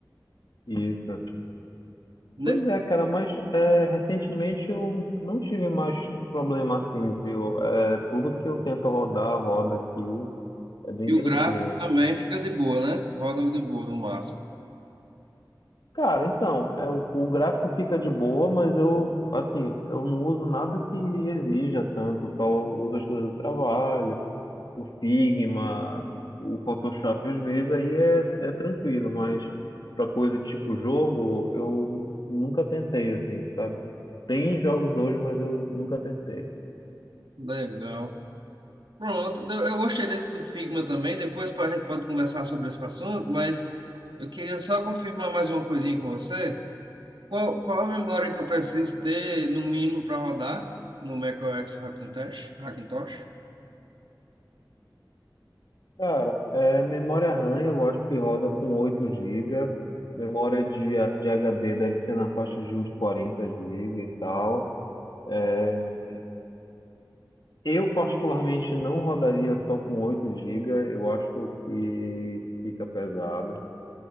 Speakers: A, on the left; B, on the right.
A: isso.
B: Nesse,
A: Pois é, cara, mas é, recentemente eu não tive mais problema assim, viu? É, tudo que eu tento rodar, roda aqui, é bem
B: e
A: tranquilo.
B: o gráfico também fica de boa, né? Roda de boa no máximo.
A: Cara, então, é, o, o gráfico fica de boa, mas eu, assim, eu não uso nada que exija tanto, só uso as coisas do trabalho, o Figma, o Photoshop, às vezes aí é, é tranquilo, mas pra coisa tipo jogo, eu nunca tentei, assim, sabe? Tem jogos hoje, mas eu nunca tentei.
B: Legal. Pronto, eu eu gostei desse do Figma também. Depois pra- a gente pode conversar sobre esse assunto, mas eu queria só confirmar mais uma coisinha com você. Qual, qual a memória que eu preciso ter, no mínimo, para rodar no macOS Hackintosh? Hackintosh?
A: Cara, é, memória RAM eu acho que roda com oito gigas, Memória de, A- de HD deve ser na faixa de uns 40 gigas e tal. É, eu, particularmente, não rodaria só com oito gigas, Eu acho que fica pesada.